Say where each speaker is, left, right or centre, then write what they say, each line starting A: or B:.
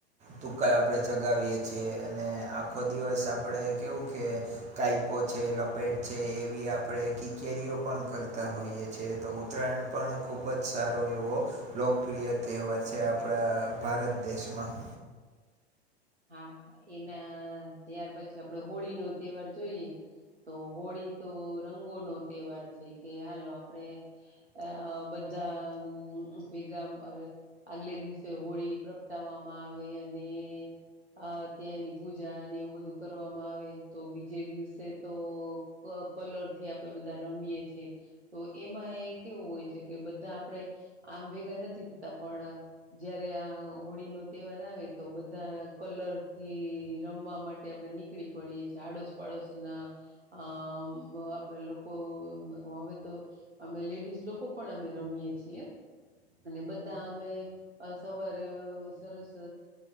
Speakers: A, on the right; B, on the right.
A: તુક્કલ આપણેે ચગાવીએ છીએ. અને આખો દિવસ આપણે કેવું કે- કાઈપો છે લપેટ છે એવી આપણે કી કેરીઓ પણ કરતા હોઈએ છે તો- ત્રણ પણ ખૂબ જ સારો એવો- લોકપ્રિય તહેવાર છે આપણા ભારત દેશમાં-
B: હા એના ત્યાર પછી આપડે હોળી નો તહેવાર જોઈએ- તો હોળી તો રંગો નો તહેવાર છે કે હાલો આપડે- અ બધા ભેગા- આગલે દિવસે હોળી પ્રગટાવવામાં આવે અને- અ ત્યાં એની પૂજા અને એવું બધું કરવામાં આવે તો બીજે દિવસે તો- કલર થી આપડણે બધા રમીએે છીએ. તો એમાં એ કેવું હોય છે કે બધા આપણેે- આમ ભેગા નથી થતા પણ જયારે આ હોળી નો તહેવાર આવે તો બધા- કલરથી રમવા માટે આપણે નીકળી પડીએ છીએ આડોશ પાડોશના- આ આપણેે લોકો હવે તો- અમે લેડીઝ લોકો પણ અમે રમીએ છીએ- અને બધા અમે સવારે સરસ-